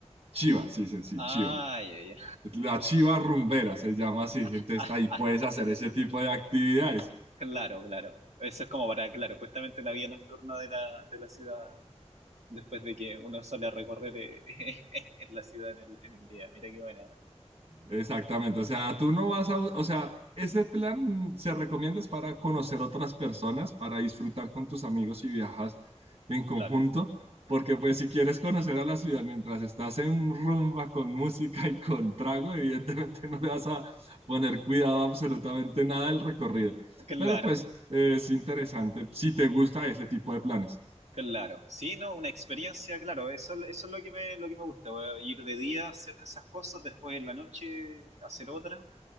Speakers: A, on the right (about 55°); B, on the right (about 70°).
A: Chiva, sí, sí, sí,
B: Ah,
A: chiva.
B: ya, ya.
A: La chiva rumbera se llama así. Entonces
B: <laughs>
A: ahí puedes hacer ese tipo de actividades.
B: Claro, claro. Eso es como para, claro, justamente la vida nocturna de la, de la ciudad después de que uno sale a recorrer eh, <laughs> en la ciudad en el, en el día. Mira qué buena.
A: Exactamente, o sea, tú no vas a, o sea, ese plan se recomienda es para conocer otras personas, para disfrutar con tus amigos y viajas en conjunto,
B: Claro,
A: porque pues si quieres conocer a la ciudad mientras estás en rumba con música y con trago, evidentemente <laughs> no le vas a poner cuidado a absolutamente nada del recorrido,
B: claro,
A: pero pues eh, es interesante si te gusta ese tipo de planes.
B: claro. Sí, no, una experiencia, claro, eso, eso es lo que me, lo que me gusta, eh, ir de día a hacer esas cosas, después en la noche hacer otra.